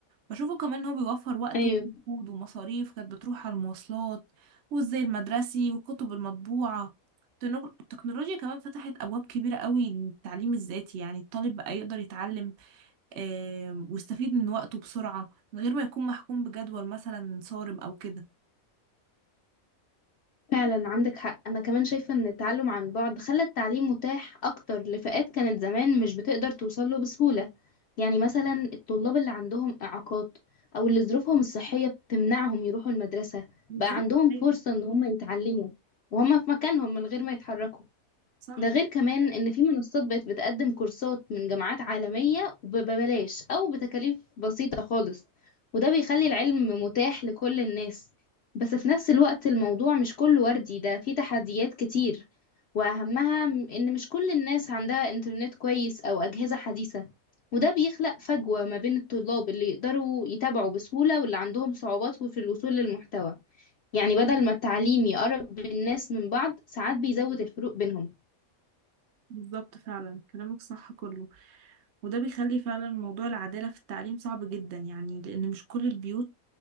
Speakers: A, on the right; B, on the left.
A: بشوفه كمان إن هو بيوفر وقت
B: ايوه
A: ومجهود ومصاريف كانت بتروح على المواصلات والزي المدرسي والكتب المطبوعة التنو- التكنولوجيا كمان فتحت أبواب كبيرة قوي للتعليم الذاتي يعني الطالب بقى يقدر يتعلم آم، ويستفيد من وقته بسرعة من غير ما يكون محكوم بجدول مثلا صارم أو كده
B: فعلا عندك حق انا كمان شايفه ان التعلم عن بعد خلى التعليم متاح اكتر لفئات كانت زمان مش بتقدر توصل له بسهوله يعني مثلا الطلاب اللي عندهم اعاقات او اللي ظروفهم الصحيه بتمنعهم يروحوا المدرسه
A: بالظبط
B: بقى عندهم
A: ايوه
B: فرصه ان هم يتعلموا وهم في مكانهم من غير ما يتحركوا
A: صح
B: ده غير كمان ان في منصات بقت بتقدم كورسات من جامعات عالمية وببلاش او بتكاليف بسيطة خالص وده بيخلي العلم متاح لكل الناس بس في نفس الوقت الموضوع مش كله وردي ده فيه تحديات كتير واهمها م- ان مش كل الناس عندها انترنت كويس او اجهزة حديثة وده بيخلق فجوة ما بين الطلاب اللي يقدروا يتابعوا بسهولة واللي عندهم صعوبات في الوصول للمحتوى يعني بدل ما التعليم يقرب الناس من بعض ساعات بيزود الفروق بينهم
A: بالظبط فعلا كلامك صح كله وده بيخلي فعلا موضوع العدالة في التعليم صعب جدا يعني لأن مش كل البيوت